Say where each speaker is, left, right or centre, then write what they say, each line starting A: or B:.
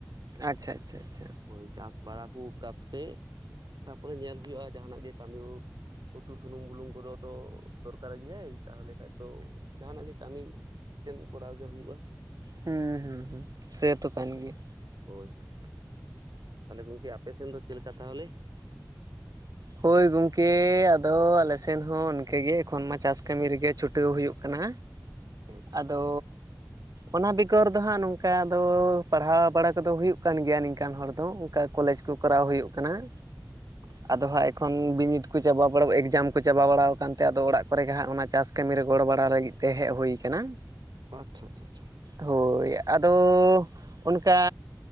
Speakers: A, on the right; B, on the right.
A: ᱟᱪᱪᱷᱟ ᱟᱪᱪᱷᱟ ᱟᱪᱪᱷᱟ᱾
B: ᱦᱳᱭ, ᱪᱟᱹᱥ ᱵᱟᱲᱟ ᱠᱚ ᱠᱟᱛᱮ ᱚᱱᱟ ᱛᱟᱯᱚᱨᱮ ᱧᱮᱞ ᱦᱩᱭᱳᱞᱩᱜ-ᱟ ᱡᱟᱸᱦᱟᱱᱟᱜ ᱜᱮ ᱠᱟᱹᱢᱤ ᱦᱳᱠ ᱾ ᱩᱛᱩ ᱥᱩᱱᱩᱢ ᱵᱩᱞᱩᱝ ᱠᱚᱫᱚ ᱛᱚ ᱫᱚᱨᱠᱟᱨ ᱜᱮᱭᱟᱭ, ᱛᱟᱦᱚᱞᱮ ᱠᱷᱟᱡ ᱛᱚ ᱡᱟᱦᱟᱸᱱᱟᱜ ᱜᱮ ᱠᱟᱹᱢᱤ ᱴᱮᱱ ᱠᱚᱨᱟᱣ ᱜᱮ ᱦᱩᱭᱩᱜ-ᱟ᱾
A: ᱦᱩᱸ ᱦᱩᱸ ᱦᱩᱸ, ᱥᱮ ᱛᱚ ᱠᱟᱱ ᱜᱮᱭᱟ᱾
B: ᱦᱳᱭ ᱦᱳᱭ, ᱛᱟᱦᱚᱞᱮ ᱜᱚᱝᱠᱮ ᱟᱯᱮ ᱥᱮᱱ ᱫᱚ ᱪᱮᱫ ᱞᱮᱠᱟ ᱛᱟᱦᱚᱞᱮ?
A: ᱦᱳᱭ ᱜᱚᱝᱠᱮ, ᱟᱫᱚ ᱟᱞᱮ ᱥᱮᱱ ᱦᱚᱸ ᱤᱱᱠᱟᱹᱜ ᱜᱮ ᱮᱠᱷᱚᱱ ᱢᱟ ᱪᱟᱥ ᱠᱟᱹᱢᱤ ᱨᱮᱜᱮ ᱪᱷᱩᱴᱟᱹᱣ ᱦᱩᱭᱩᱜ ᱠᱟᱱᱟ᱾
B: ᱟᱪᱪᱷᱟ
A: ᱟᱫᱚ
B: ᱟᱪᱪᱷᱟ
A: ᱚᱱᱟ ᱵᱮᱜᱚᱨ ᱫᱚ ᱦᱟᱸᱜ ᱱᱚᱝᱠᱟᱱ ᱫᱚ ᱯᱟᱲᱦᱟᱣ ᱵᱟᱲᱟ ᱠᱚᱫᱚ ᱦᱩᱭᱩᱜ ᱠᱟᱱ ᱜᱮᱭᱟ, ᱱᱤᱝᱠᱟᱱ ᱦᱚᱲ ᱫᱚ ᱚᱱᱠᱟ ᱠᱚᱞᱮᱡᱽ ᱠᱚᱨᱟᱣ ᱦᱩᱭᱩᱜ ᱠᱟᱱᱟᱪ,
B: ᱟᱪᱪᱷᱟ
A: ᱟᱫᱚ
B: ᱟᱪᱪᱷᱟ
A: ᱦᱟᱸᱜ ᱠᱷᱚᱱ ᱵᱤᱱᱤᱰ ᱠᱚ ᱪᱟᱵᱟ ᱵᱟᱲᱟ ᱮᱠᱡᱟᱢ ᱠᱚ ᱪᱟᱵᱟ ᱵᱟᱲᱟᱣ ᱠᱟᱱᱛᱮ, ᱟᱫᱚ ᱚᱲᱟᱜ ᱠᱚᱨᱮᱜᱮ ᱦᱟᱸᱜ ᱚᱱᱟ ᱪᱟᱥ ᱠᱟᱹᱢᱤ ᱨᱮ ᱜᱚᱲᱚ ᱵᱟᱲᱟ ᱞᱟᱹᱜᱤᱫ ᱛᱮ ᱦᱮᱜ ᱦᱩᱭ ᱠᱟᱱᱟ᱾
B: ᱟᱪᱪᱷᱟ ᱪᱪᱪᱷᱟ ᱟᱪᱪᱷᱟ᱾
A: ᱦᱳᱭ, ᱟᱫᱚ ᱚᱱᱠᱟ